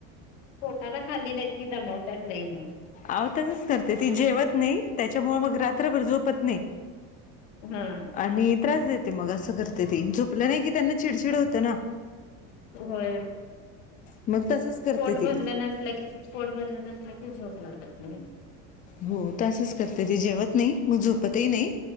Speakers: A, on the left; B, on the left.
A: पोटाला खाल्ली नाहीत की दमवत्यात लय मग
B: अव तसच करते ती जेवत नाही त्याच्यामुळे मग रात्रभर झोपत नाही.
A: हा
B: आणि त्रास देते मग असं करते ती झोपलं नाही की त्यांना चिडचिड होते ना.
A: होय.
B: मग तसंच करते
A: पोट
B: ती
A: भरलं नसल की पोट भरलं नसलं की झोप लागत नाही.
B: हो तसच करते ती जेवत नाही मग झोपतही नाही